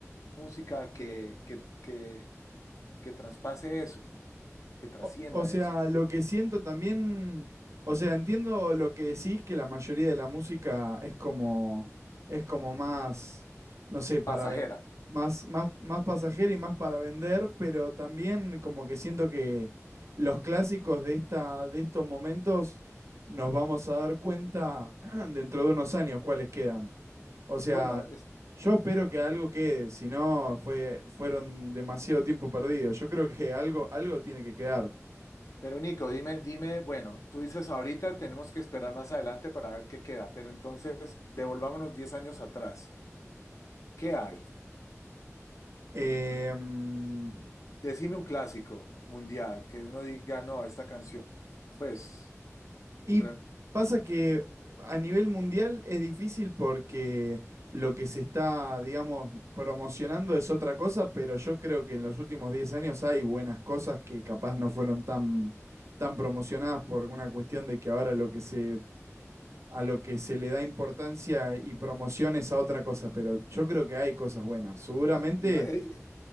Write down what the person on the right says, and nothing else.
O, o sea,
lo que siento también, o sea, entiendo lo que decís, que la mayoría de la música es como, es como más, no sé, para
ven- más, más, más pasajera y más para vender, pero también como que siento que los clásicos de esta, de estos momentos nos vamos a dar cuenta <clears throat> dentro de unos años cuáles quedan. O sea,
yo espero que algo quede, si no fue, fueron demasiado tiempo perdido. Yo creo que algo, algo tiene que quedar.
Em,
y
pasa que a nivel mundial es difícil porque lo que se está, digamos, promocionando es otra cosa, pero yo creo que en los últimos 10 años hay buenas cosas que capaz no fueron tan, tan promocionadas por una cuestión de que ahora lo que se, a lo que se le da importancia y promoción es a otra cosa, pero yo creo que hay cosas buenas. Seguramente